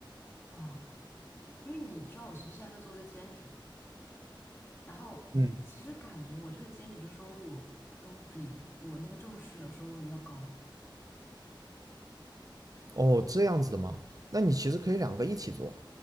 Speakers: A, on the left; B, on the right.
A: 啊，因为你知道，我其实现在在做一个兼职，然后我其实感觉我这个兼职的收入都比我那个正式的收入要高。
B: 嗯，哦，这样子的嘛，那你其实可以两个一起做啊，